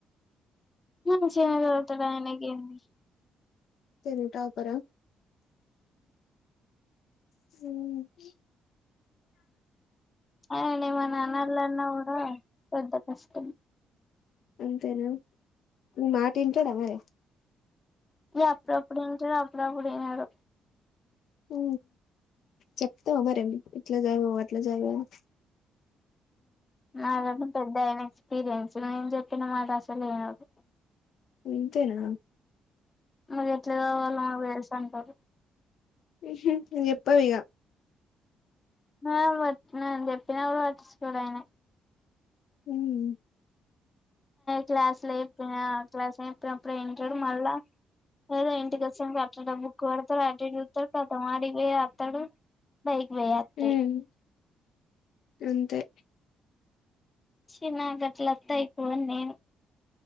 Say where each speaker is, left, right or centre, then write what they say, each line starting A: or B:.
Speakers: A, on the left; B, on the left.
A: మంచిగనే చదువుతాడు ఆయనకేంది
B: తింటా పరా హ్మ్
A: ఆయనేమన్నానాలన్నా కూడా పెద్ద కష్టం
B: అంతేనా నీ మాట ఇంటాడా మరి
A: ఇక అప్పుడప్పుడు వింటాడు అప్పుడప్పుడు ఈనడు
B: ఉ చెప్తావా మరి ఇట్లా చదువు ఎట్లా చదువు అని
A: నాదంట పెద్ద ఏమి ఎక్స్పీరియన్స్ నేను చెప్పిన మాట అస్సలు వినడు
B: ఉంతేనా
A: మరి ఎట్లా చదవాలనో నాకు తెలుసు అంటారు
B: హు హు నువ్వు చెప్పవిగా
A: మావత్ నేను చెప్పిన కూడా పట్టించుకోడాయన
B: హమ్
A: క్లాస్ లో చెప్పిన క్లాస్ లో చెప్పినప్పుడు వింటాడు మళ్ళా ఏదో ఇంటికి వచ్చా అట్లనే బుక్ పడతాడు అటు ఇటు చూస్తాడు కతం ఆడికి పోయి పోస్తాడు బైకి బై వత్తయ్
B: ఉమ్ అంతే
A: చి నా గట్ల అత్తే అయిపో అని నేను